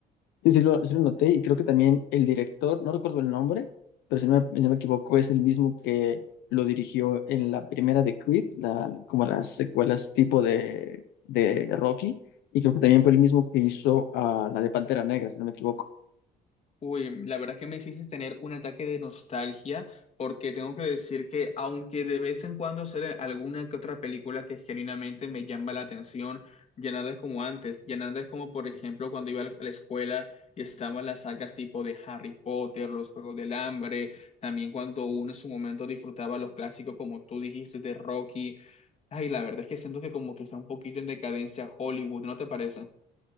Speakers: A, on the left (about 80°); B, on the left (about 40°).
A: Sí, sí lo, sí lo noté. Y creo que también el director, no recuerdo el nombre, pero si no me, si no me equivoco, es el mismo que lo dirigió en la primera de Creed, la, como las secuelas tipo de, de Rocky. Y creo que también fue el mismo que hizo ah, la de Pantera Negra, si no me equivoco.
B: Uy, la verdad que me hiciste tener un ataque de nostalgia porque tengo que decir que aunque de vez en cuando sale alguna que otra película que genuinamente me llama la atención, ya nada es como antes, ya nada es como por ejemplo cuando iba a la escuela y estaban las sagas tipo de Harry Potter, los Juegos del Hambre, también cuando uno en su momento disfrutaba los clásicos como tú dijiste de Rocky. Ay, la verdad es que siento que como que está un poquito en decadencia Hollywood, ¿no te parece?